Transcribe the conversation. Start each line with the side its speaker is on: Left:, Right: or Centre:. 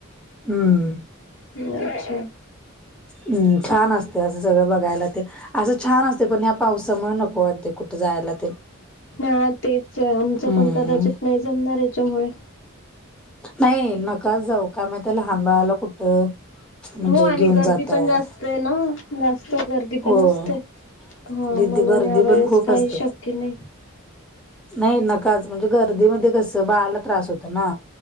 Centre: हम्म.
Left: अच्छा.
Centre: हम्म, छान असते असं सगळं बघायला ते. असं छान असते पण ह्या पावसामुळे नको वाटते कुठं जायला तेन.
Left: ह तेच आहे आमचं
Centre: हं,
Left: पण कदाचित नाही जमणार याच्यामुळे.
Centre: नाही! नकाच जाऊ का माहित आहे? लहान बाळालं कुठं? म्हणजे
Left: हो आणि
Centre: घेऊन
Left: गर्दी
Centre: जाताय.
Left: पण जास्त आहे ना? जास्त गर्दी
Centre: होय.
Left: पण असते. हा,
Centre: तिथे
Left: म्हणून
Centre: गर्दी
Left: या वेळेस
Centre: पण खूप
Left: काही
Centre: असते.
Left: शक्य नाही.
Centre: नाही नकाच, म्हणजे गर्दीमध्ये कस? बाळाला त्रास होत ना.